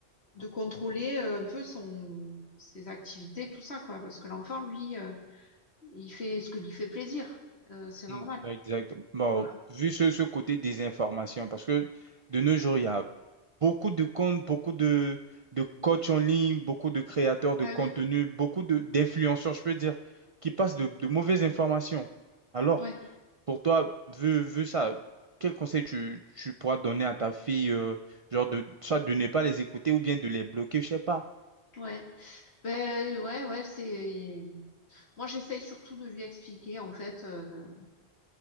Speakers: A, on the left; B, on the right.
A: de contrôler euh, un peu son, ses activités, tout ça, quoi, parce que l'enfant, lui, euh, il fait ce que lui fait plaisir. Euh, c'est normal.
B: Mm, Exact. Bon,
A: Voilà.
B: vu ce, ce côté désinformation, parce que de nos jours, il y a beaucoup de comptes, beaucoup de, de coachs en ligne, beaucoup de créateurs de
A: Ah
B: contenu,
A: oui.
B: beaucoup de, d'influenceurs, je peux dire, qui passent de, de mauvaises informations. Alors,
A: Ouais.
B: pour toi, vu, vu ça, quel conseil tu, tu pourras donner à ta fille, euh, genre de, soit de ne pas les écouter ou bien de les bloquer, je sais pas.
A: Ouais, ben euh, ouais, ouais, c'est. Moi, j'essaye surtout de lui expliquer. En fait, euh,